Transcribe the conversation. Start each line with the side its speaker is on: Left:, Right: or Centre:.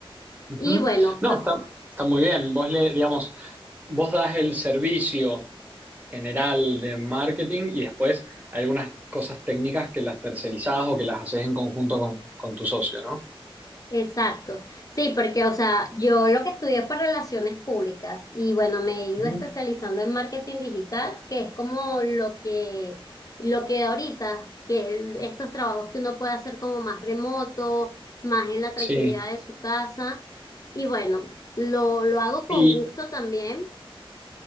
Right: Ujú.
Left: Y bueno,
Right: No,
Left: p-
Right: está, está muy bien. Vos le, digamos, vos das el servicio general de marketing y después hay algunas cosas técnicas que las tercerizás o que las haces en conjunto con, con tu socio, ¿no?
Left: Exacto. Sí, porque, o sea, yo lo que estudié fue relaciones públicas y bueno, me he ido
Right: Ujú.
Left: especializando en marketing digital, que es como lo que, lo que da ahorita, que el- estos trabajos que uno puede hacer como más remoto, más en la tranquilidad
Right: Sí.
Left: de su casa. Y bueno, lo, lo hago con
Right: Y,
Left: gusto también.